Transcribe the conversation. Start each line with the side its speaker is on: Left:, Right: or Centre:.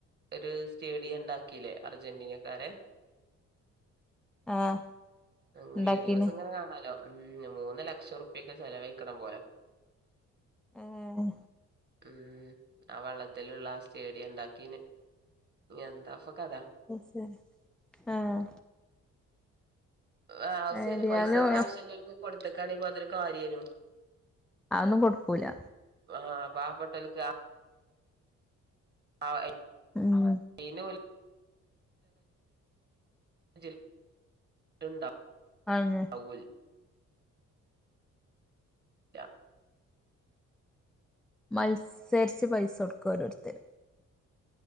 Right: ഒരു സ്റ്റേഡിയം ഇണ്ടാക്കിലെ അർജന്റീനക്കാര്
Centre: ആഹ്
Right: വീഡിയോസ്
Centre: ഇണ്ടാക്കീണ്
Right: ഇങ്ങനെ കാണാലോ ഉം മൂന്ന് ലക്ഷം ഉർപ്യക്കെ ചെലവഴിക്കണം പോലെ
Centre: ഏയ്
Right: ഉം ആ വള്ളത്തിലുള്ള ആ സ്റ്റേഡിയം ഇ ണ്ടാക്കിന് എന്താപ്പൊ കഥ
Centre: ശരി ആഹ്
Right: ആവുശ്യല്ല
Centre: ഏതായാലും
Right: പൈസക്ക് ആവുശ്യല്ലോർക്ക് കൊടുത്തക്കാണെപ്പൊ അതൊരു കാര്യന്നു
Centre: അതൊന്നും കൊടുക്കൂല
Right: ആഹ് പാവപ്പെട്ടോൽക്ക ആ അയിന്
Centre: ഉം
Right: അയിനോൽ <unintelligible> ഉണ്ടാ
Centre: ആണ്
Right: അവൂൽ യ്യ
Centre: മത്സരിച്ച് പൈസ കൊടുക്ക ഓരോരുത്തര്